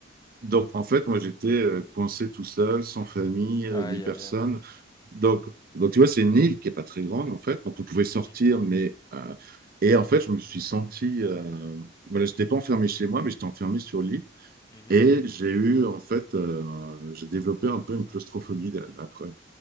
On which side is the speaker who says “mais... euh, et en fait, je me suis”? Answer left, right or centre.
Right